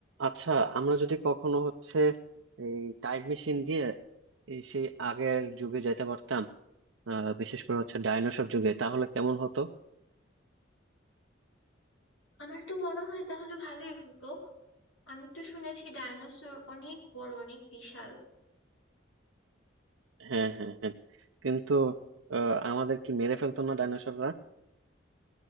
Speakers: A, on the right (about 80°); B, on the left (about 85°).
A: আচ্ছা আমরা যদি কখনো হচ্ছে এই টাইম মেশিন দিয়ে এই সেই আগের যুগে যাইতে পারতাম আহ, বিশেষ করে হচ্ছে ডাইনোসর যুগে তাহলে কেমন হতো
B: আমার তো মনে হয় তাহলে ভালোই হতো আমি তো শুনেছি ডায়নোসর অনেক বড় অনেক বিশাল
A: হ্যাঁ হ্যাঁ হ্যাঁ কিন্তু আহ, আমাদের কি মেরে ফেলতো না ডাইনোসররা